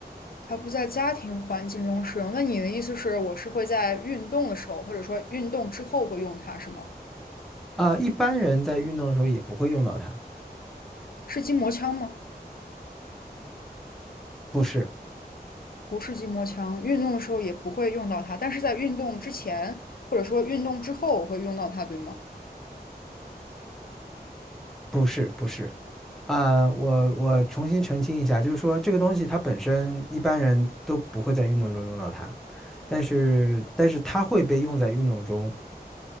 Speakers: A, on the left; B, in the centre.
A: 它不在家庭环境中使用。那你的意思是，我是会在运动的时候，或者说运动之后会用它，是吗？
B: 啊、一般人在运动的时候也不会用到它，
A: 是筋膜枪吗？
B: 不是，
A: 不是筋膜枪，运动的时候也不会用到它，但是在运动之前或者说运动之后我会用到它，对吗？
B: 不是，不是。啊、我我重新澄清一下，就是说这个东西它本身一般人都不会在运动中用到它，但是但是它会被用在运动中，